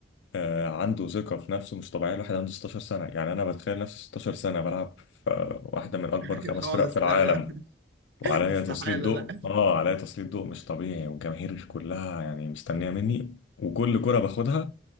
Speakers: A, on the left; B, on the right.
A: آه، عنده ثقة في نفسه مش طبيعية الواحد عنده 16 سنة يعني أنا بتخيل نفسي 16 سنة بلعب في واحدة من أكبر
B: <laughs>
A: خمس
B: خالص
A: فرق في العالم
B: لا لا
A: وعليا
B: <laughs> استحالة
A: تسليط ضوء
B: لا
A: آه عليا تسليط ضوء مش طبيعي والجماهير كلها يعني مستنية مني وكل كرة باخدها